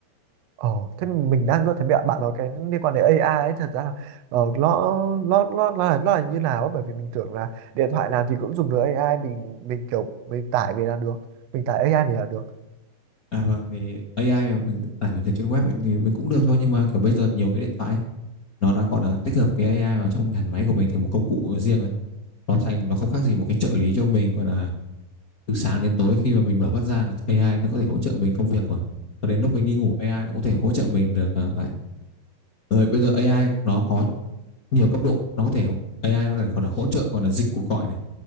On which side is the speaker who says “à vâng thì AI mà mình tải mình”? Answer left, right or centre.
Left